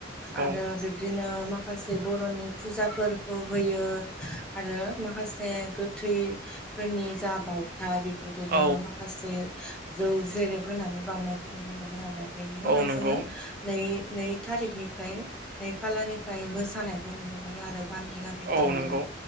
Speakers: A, on the right; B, in the centre.
A: औ
B: आरो बिब्दिनो मा खासे बर'नि फुजाफोरखौ होयो आरो मा माखासे गोथैफोरनि जा बावथाय बेफोरखौबो
A: औ
B: माखा माखासे जौ जेरेब होनानै बावनायखौ नुनो मोनो आरो बेनि उनाव
A: औ नंगौ
B: जोंङो नै नै थारिखनिफ्राय नै खालानिफ्राय मोसानायखौ नुनो मोनो आरो गामि गामि थांनानै
A: औ नंगौ